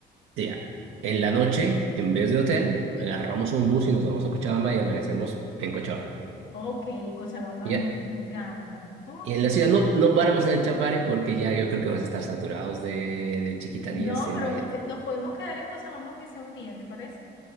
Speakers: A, on the right; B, on the left.
A: Ya. En la noche, en
B: Ujú.
A: vez de hotel, agarramos un bus y nos vamos a Cochabamba y amanecemos en Cochabamba.
B: Ok, Cochabamba
A: ¿Ya?
B: me encanta. Uy,
A: Y en
B: me-
A: la ciudad no, no paramos en el Chapare porque ya yo creo que vamos a estar saturados de, de chiquitanías,
B: No,
A: selva
B: pero
A: y...
B: nos, que- nos podemos quedar en Cochabamba aunque sea un día, ¿te parece?